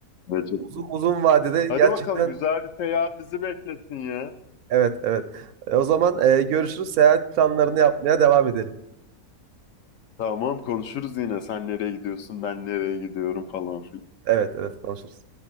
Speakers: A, on the left; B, on the right.
A: Evet, çok-
B: uzun, uzun vadede
A: Hadi
B: gerçekten
A: bakalım güzel bir seyahat bizi beklesin ya.
B: Evet, evet. E, O zaman e, görüşürüz. Seyahat planlarını yapmaya devam edelim.
A: Tamam konuşuruz yine. Sen nereye gidiyorsun, ben nereye gidiyorum falan filan.
B: Evet, evet konuşuruz.